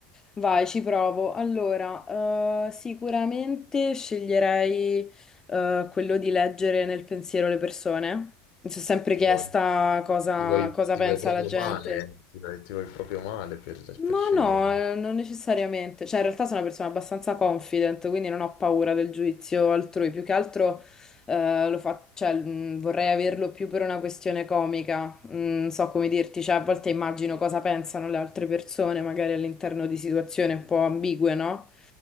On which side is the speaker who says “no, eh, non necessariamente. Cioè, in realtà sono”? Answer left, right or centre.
Left